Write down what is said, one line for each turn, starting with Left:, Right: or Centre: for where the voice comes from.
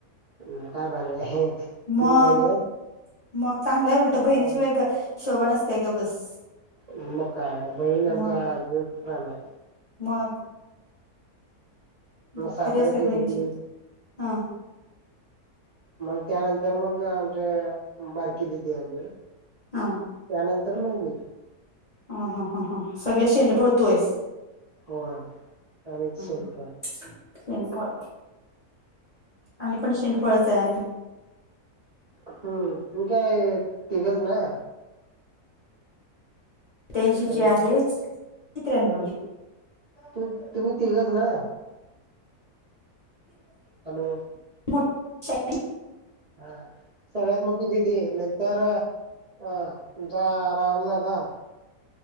Right: हम्म. काय भारी ये तीन
Left: मग
Right: महिने.
Left: मग चांगलाय उलटं, बहिणी
Right: पाच
Left: शिवाय ग शोभा नसते गप बस.
Right: मग काय? बहीण आमचा
Left: मग
Right: जीव की प्राण आहे.
Left: मग मग भारी
Right: साताराची
Left: असते बहिणीची
Right: दिदी.
Left: हा
Right: मग त्यानंतर मग आमची, बारकी दिदी आले.
Left: हा.
Right: त्यानंतर मग मी.
Left: ह ह ह ह, सगळ्यात शेंडेफळ तू हाईस.
Right: होय आणिच शेल्फ
Left: ह शेंडफळ आम्ही पण शेंडफळच आहे आणि.
Right: हम्म तुम्ही काय तिघच ना?
Left: सत्यांशीची
Right: हॅलो
Left: आहे, मी त्र्यानवली
Right: तू तुम्ही तिघच ना? हॅलो.
Left: <unintelligible>
Right: हा. सगळ्यात मोठी दीदी आहे, नंतर हा तुमचा राहुल दादा